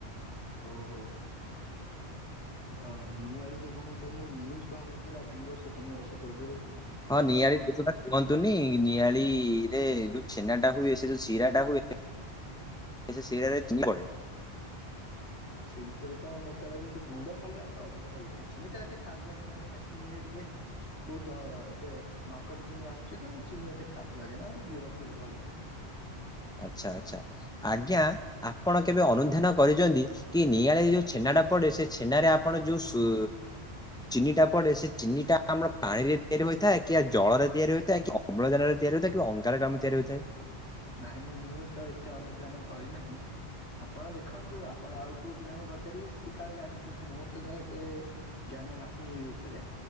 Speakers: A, on the left; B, in the centre.
A: ଓଉ ହୋ। ତ ନିଆଳିରେ କଆଁ ଗୋଟେ ମୁଁ ନିୁଜ ବାହାରିଥିଲା ଦି ବର୍ଷ ତିନି ବର୍ଷ ପୂର୍ବରୁ କଣ
B: ହଁ
A: ସେଠି
B: ନିଆଳି
A: କଣ
B: <unintelligible> କୁହନ୍ତୁନି ନିଆଳି ରେ ଯୋଉ ଛେନା ଟା ହୁଏ ସେ ଯୋଉ ଶିରା ଟା ହୁଏ ଏ ସିରାରେ ଚିନ ପଡ଼େ।
A: ସେଇଥିରେ ତ ମୋତେ ଲାଗୁ ଚି ଗୁଡ ପଡିଲେ ମୋତେ ଅଧିକ ଭଲ ଲାଗେ ଚିନିଟା ଏତେ ଖାସ୍ ଲାଗେ କାହିଁି ନା ଚିନିରେ ଟିକେ ବହୁତ ଏବେ ନକଲି ଚିନି ଆସୁଛି ତ ଚିନି ଏତେ ଖାସ ଲାଗେ ନା ଗୁଡ ପଡିଲେ ଭଲ ଲାଗେ।
B: ଅଛା ଆଚ୍ଛା ଆଜ୍ଞା ଆପଣ କେବେ ଅନୁଧ୍ୟାନ କରିଚନ୍ତି କି ନିଆଁରେ ଯୋଉ ଛେନା ଟା ପଡେ ସେ ଛେନାରେ ଆପଣ ଯୋଉ ଚିନିଟା ପରେ ସେ ଚିନିଟା ଆମର ପାଣି ରେ ତିଆରି ହୋଇଥାଏ କି ଜଳରେ ତିଆରି ହୋଇଥାଏ କି ଅମ୍ଳଜାନରେ ତିଆରି ହୋଇଥାଏ କି ଅଙ୍ଗାରକାମ୍ଳ ରେ ତିଆରି ହୋଇଥାଏ।
A: ନାଇଁ ନାଇ ମୁଁ ତ ଏତେ ଅନୁଧ୍ୟାନ କରିନାହିଁ। ଆପଣ ଦେଖନ୍ତୁ ଆପଣ ଆଉ କୋଉ ପିଲାଙ୍କୁ ପଚାରିବେ ସିଏ କାଳେ ଜାଣିଥିବେ ମୋର ତ କାଇହିଁ ଏତେ ଜ୍ଞାନ ନାହିଁ ଏ ଉପରେ